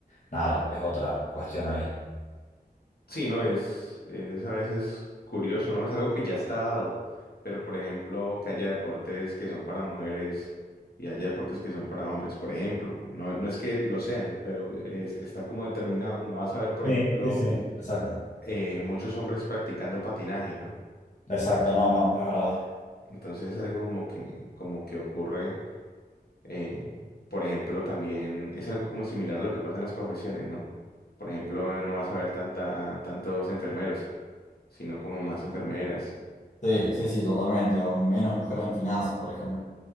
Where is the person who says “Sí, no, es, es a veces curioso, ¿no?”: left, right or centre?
Left